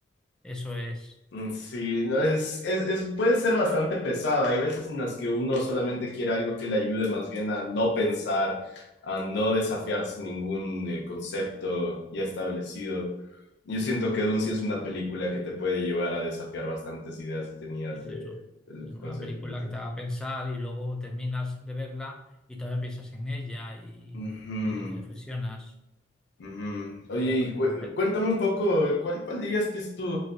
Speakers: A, in the centre; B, on the left.
A: eso es.
B: Mm, Sí, no, es, es, es- puede ser bastante pesado. Hay veces en las que uno solamente quiere algo que le ayude más bien a no pensar, a no desafiarse ningún eh, concepto ya establecido. Yo siento que Dune sí es una película que te puede llevar a desafiar bastantes ideas que tenías
A: Es
B: de,
A: eso.
B: de lo
A: Es
B: que
A: una
B: concebías
A: película
B: antes.
A: que te haga pensar y luego terminas de verla y todavía piensas en ella y,
B: Ujú,
A: y- y reflexionas.
B: ujú. Oye,
A: No, no
B: y cu-
A: hay pe-
B: cuéntame un poco, ¿cuál, cuál dirías que es tu,